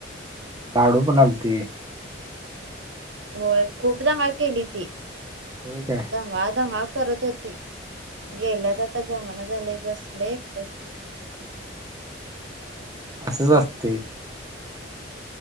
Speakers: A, on the right; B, on the right.
A: लाडू पण आगते.
B: होय खूप जागा केली ती.
A: हो काय
B: दम वादम वा करत होती गेल्या तर आता गमना झाले बसलेस.
A: असंच वाते.